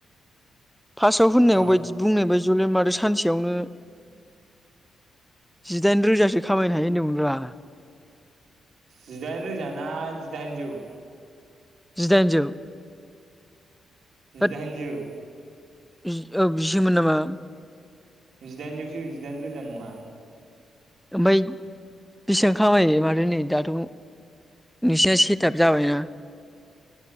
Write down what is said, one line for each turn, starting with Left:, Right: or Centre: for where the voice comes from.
Centre: फास्टआव होननायाव
Right: औ
Centre: बायदि बुंनाय बाय जयेलाय मादो सानसेयावनो जिदाइन रोजासो खामायनो हायो होनदोंमोन रा।
Right: जिदाइन रोजा ना जिदाइनजौ
Centre: जिदाइनजौ
Right: जिदाइनजौ
Centre: होद <unintelligible> औ बिसोमोन नामा
Right: जिदाइनजौसो जिदाइन रोजा नंङा।
Centre: ओमफाय बेसेबां खामायो माथो नै दाथ' नोंसिना से थाब जाबायना।